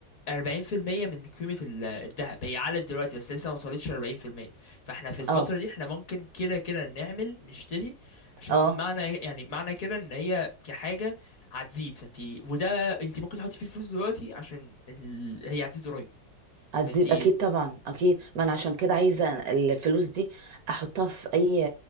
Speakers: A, on the left; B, on the right.
A: 40% من قيمة ال- الذهب هي علت دلوقتي بس لسه ما وصلتش 40% فاحنا في الفترة
B: اه
A: دي احنا ممكن كده كده نعمل نشتري عشان
B: اه
A: معنى يعني معنى كده ان هي كحاجة هتزيد فانت وده انت ممكن تحطي فيه فلوس دلوقتي عشان ال... هي هتزيد قريب
B: هتزيد
A: فانت
B: اكيد طبعا اكيد ما انا عشان كده عايزه الفلوس دي احطها في اي